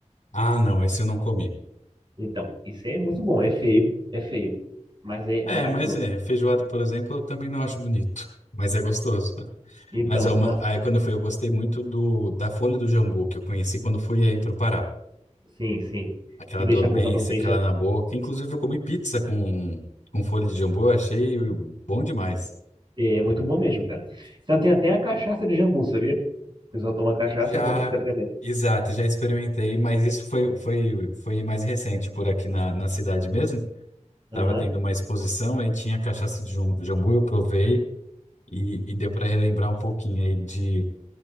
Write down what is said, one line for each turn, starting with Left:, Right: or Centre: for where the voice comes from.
Left: Ah, não, esse eu não comi.
Right: Então, isso é muito bom. É feio, é feio, mas é
Left: É,
Right: maravilhoso.
Left: mas é, feijoada, por exemplo, eu também não acho bonito, mas é gostoso. né?
Right: Então,
Left: Mas ó, uma-
Right: nossa,
Left: aí quando eu fui, eu gostei muito do da folha do jambu que eu conheci quando fui aí pro Pará.
Right: sim, sim.
Left: Aquela
Right: Que deixa
Left: dormência,
Right: a boca dormente,
Left: aquela
Right: né?
Left: na boca. Inclusive eu comi pizza com com folha de jambu, eu achei bom demais.
Right: É muito bom mesmo, cara. Então, tem até a cachaça de jambu, sabia? O pessoal toma cachaça
Left: Já,
Right: e a boca fica tremendo.
Left: exato, já experimentei, mas isso foi, foi, foi mais recente por aqui na, na cidade mesmo. Tava
Right: Aham.
Left: tendo uma exposição, aí tinha cachaça de jam- jambu, eu provei e, e deu para relembrar um pouquinho aí de,